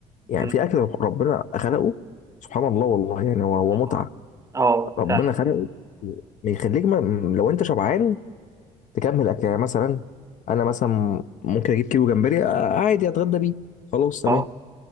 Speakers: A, on the left; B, on the right.
A: يعني
B: م-
A: في اكل ربنا خلقه سبحان الله والله يعني هو هو
B: والله.
A: متعه
B: اه
A: ربنا
B: فعلا
A: خلقه يخليك ما لو انت شبعان تكمل اكل يعني مثلا انا مثلا ممكن اجيب كيلو جمبري آه، عادي اتغدى بيه خلاص تمام
B: اه